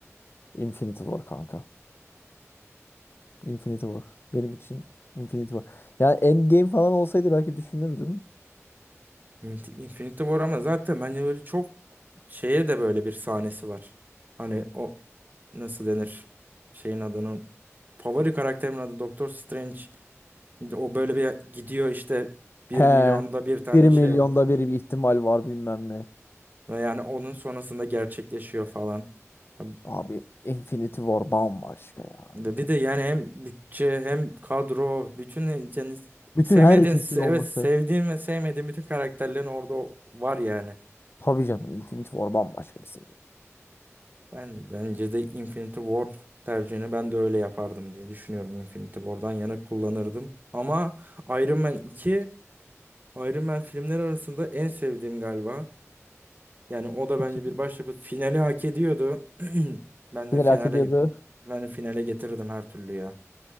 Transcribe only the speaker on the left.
Infinity War kanka. Infinity War. Benim için Infinity War. Yani Endgame falan olsaydı belki düşünürdüm.
He.
bir milyonda
bir bir ihtimal var bilmem ne.
Abi Infinity War bambaşka ya.
Infinity.
Bütün
herkesin
olması.
Tabii canım Infinity War bambaşka bir seviye.
İki
final
hak ediyordu.